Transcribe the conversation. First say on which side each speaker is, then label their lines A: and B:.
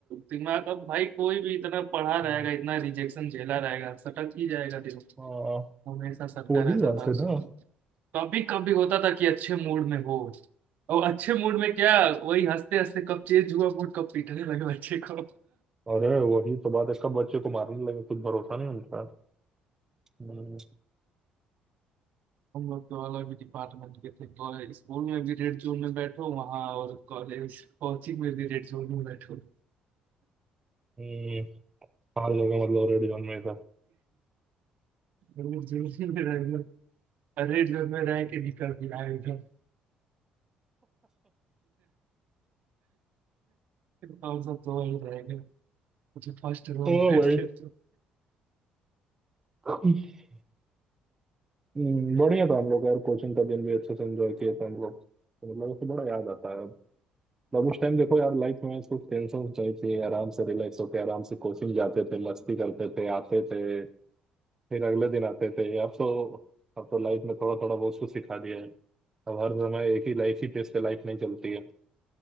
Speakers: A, on the right; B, on the right.
A: दिमाग अब भाई कोई भी इतना पढ़ा रहेगा
B: हम्म,
A: इतना रिजेक्शन झेला रहेगा सटक ही जाएगा दिमाग
B: हाँ
A: हमेशा सटका
B: वही
A: रहता
B: बात
A: था
B: है
A: उसमें
B: ना
A: कभी कभी होता था कि अच्छे मूड में हो और अच्छे मूड में क्या वही हंसते हंसते कब चेंज हुआ मूड कब पीटने लगे बच्चे को
B: अरे वही तो बात है कब बच्चे को मारने लगे कुछ भरोसा नहीं उनका हम्म,
A: हम लोग तो अलग ही डिपार्टमेंट के थे और स्कूल में भी रेड जोन में बैठो वहाँ और कॉलेज कोचिंग में भी रेड जोन में बैठो
B: हम्म, हर जगह मतलब रेड जोन में था
A: वो जेल में रहेंगे अरे जेल में रह के निकल भी आएगा और सब तो वही रहेंगे मुझे फर्स्ट रो
B: ओ
A: में बैठते
B: भाई
A: तो
B: <laughs> हम्म, बढ़िया था हम लोग यार कोचिंग का दिन भी अच्छे से एंजॉय किए थे हम लोग तो मतलब उससे बड़ा याद आता है अब मतलब उस टाइम देखो यार लाइफ में कुछ टेंशन नहीं थी आराम से रिलैक्स होके आराम से कोचिंग जाते थे मस्ती करते थे आते थे फिर अगले दिन आते थे अब तो अब तो लाइफ में थोड़ा थोड़ा बहुत कुछ सिखा दिया है अब हर समय एक ही लाइफ ही पेस पे लाइफ नहीं चलती है